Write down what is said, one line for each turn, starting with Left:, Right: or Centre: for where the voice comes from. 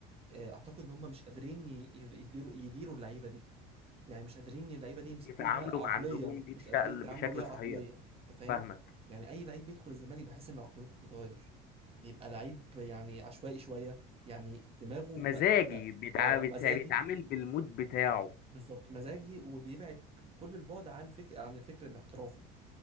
Right: آه، اعتقد ان هم مش قادرين ي- يديروا يديروا اللعيبه دي يعني مش قادرين اللعيبه دي يمسكوها
Left: يتعاملوا
Right: عقليا
Left: مع النجوم دي
Right: مش
Left: بشكل
Right: قادرين يتعاملوا
Left: بشكل
Right: بيها عقليا
Left: صحيح
Right: انت فاهم
Left: فاهمك
Right: يعني اي لعيب بيدخل الزمالك بحس ان عقليته بتتغير بيبقى لعيب يعني عشوائي شويه يعني دماغه
Left: مزاجي
Right: ما... ت...
Left: بيتع...
Right: اه
Left: بيتع-
Right: مزاجي
Left: بيتعامل بالمود بتاعه
Right: بالظبط مزاجي وبيبعد كل البعد عن فكر عن الفكر الاحترافي